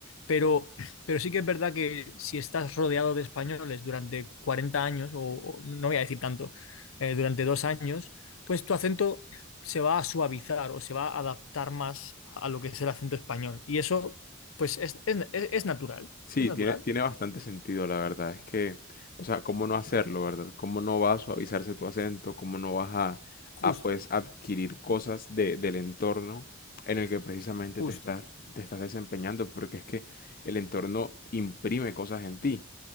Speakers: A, on the left; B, on the left.
A: Pero, pero sí que es verdad que si estás rodeado de españoles durante 40 años, o o no voy a decir tanto, eh, durante dos años, pues tu acento se va a suavizar o se va a adaptar más a lo que es el acento español. Y eso, pues, es, es, es- es natural,
B: Sí,
A: es natural.
B: tiene, tiene bastante sentido, la verdad. Es que, o sea, ¿cómo no hacerlo, verdad? ¿Cómo no vas a suavizarse tu acento? ¿Cómo no vas a,
A: Justo,
B: a, pues, adquirir cosas de- del entorno en el que precisamente
A: justo.
B: te estás, te estás desempeñando? Porque es que el entorno imprime cosas en ti,